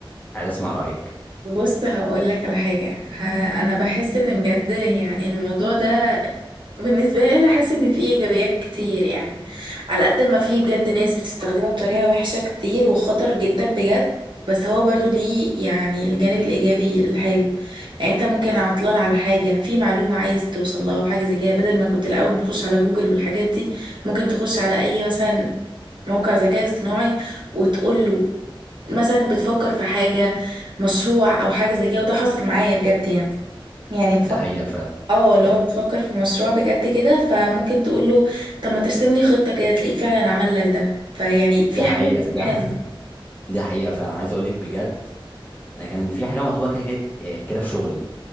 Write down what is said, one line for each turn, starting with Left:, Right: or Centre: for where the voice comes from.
Left: عايز اسمع رايك
Right: بص هقول لك على حاجة ه- أنا بحس إن بجد يعني الموضوع ده بالنسبة لي أنا حاسة إن فيه إيجابيات كتير يعني على قد ما فيه بجد ناس بتستخدمه بطريقة وحشة كتير وخطر جدا بجد بس هو برضو ليه يعني الجانب الإيجابي الحلو يعني أنت ممكن عطلان على حاجة في معلومة عايز توصل لها وحاجة زي كده بدل ما كنت الأول بتخش على جوجل والحاجات دي ممكن تخش على أي مثلا موقع ذكاء اصطناعي وتقول له مثلا بتفكر في حاجة مشروع او حاجه زي كده وده حصل معايا بجد يعني يعني بفكر
Left: ده حقيقه فعلا
Right: اه اللي
Left: ده,
Right: هو بفكر في مشروع بجد كده فممكن تقول له طب ما ترسم لي خطه كده تلاقيه فعلا عمل لك ده فيعني في
Left: ده حقيقه
Right: حاجات كتير
Left: ده
Right: حلوه
Left: <laughs> ده حقيقه فعلا عايز اقول لك بجد انا كان في حاجه مطلوبه كده كده آه، كده في شغلي